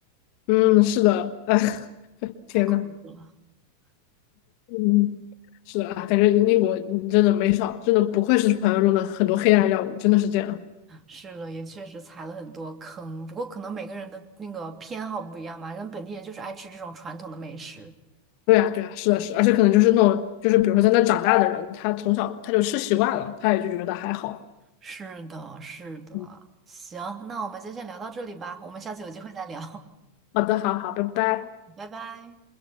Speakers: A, on the left; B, on the right.
A: 嗯，是的，哎，<laughs> 天呐，
B: 太恐怖了。
A: 嗯，是的啊，感觉英国你真的没少，真的不愧是传说中的很多黑暗药物，真的是这样。
B: <laughs> 是的，也确实踩了很多坑，不过可能每个人的那个偏好不一样吧，人本地人就是爱吃这种传统的美食。
A: 对啊，对啊，是的，是的而且可能就是那种，就是比如说在那长大的人，他从小他就吃习惯了，他也就觉得还好。
B: 是的，是的。
A: 嗯，
B: 行，那我们今天先聊到这里吧，我们下次有机会再聊，
A: 好的，好好，拜拜。
B: <laughs> 拜拜。